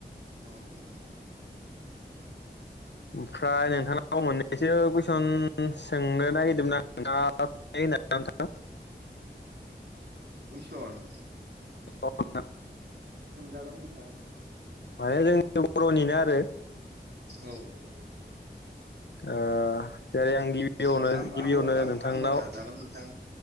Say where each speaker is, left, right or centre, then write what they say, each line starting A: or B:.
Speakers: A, on the right; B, on the left.
A: औ औ।
B: ओमफ्राय नोंथांनाव मोननैसो कुइसन उम सोंनो नागिरदोंमोन आं नोंथाङा <unintelligible>
A: कुइसन?
B: औ नोंथां।
A: जागोन नोंथां उम
B: माने जोंनि बर'निनो आरो
A: औ औ औ
B: ओ जेरै आं गिबियावनो
A: औ
B: गिबियावनो
A: आंबो
B: नोंथांनाव
A: आंबो नाजागोन नोंथां